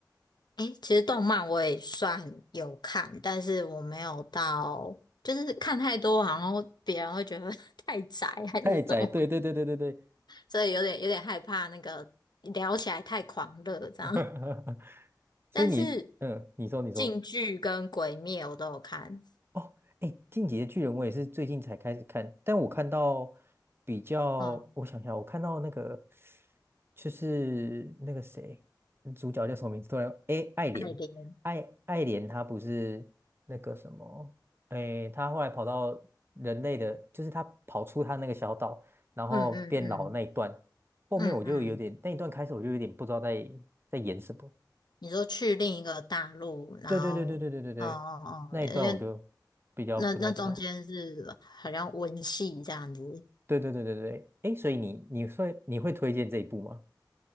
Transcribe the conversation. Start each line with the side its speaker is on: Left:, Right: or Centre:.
Left: 诶、其实动漫我也算有看，但是我没有到，就是看太多，好像别人会觉得 <laughs> 太宅还是什么，
Right: 太宰，对对对对对对，
Left: 所以有点有点害怕那个聊起来太狂热这样。
Right: <laughs> 所以你，
Left: 但是
Right: 嗯，你说你说。
Left: 《进剧跟《鬼灭》我都有看，
Right: 哦，哎，《进击的巨人》我也是最近才开始看，但我看到比较，
Left: 嗯，
Right: 我想想，我看到那个就是那个谁，嗯主角叫什么名字？突然，哎，爱莲，
Left: 爱莲，
Right: 爱爱莲，她不是那个什么，哎，她后来跑到人类的，就是她跑出她那个小岛，然后变老那一段，
Left: 嗯嗯嗯。
Right: 后面我就有点那一段开始我就有点不知道在在演什么。
Left: 嗯嗯，你说去另一个大陆，然后，
Right: 对对对对对对对对，
Left: 哦哦哦，
Right: 那一段我就比较不太知道。
Left: 因为那那中间是好像文戏这样子，
Right: 对对对对对，诶，所以你你会你会推荐这一部吗？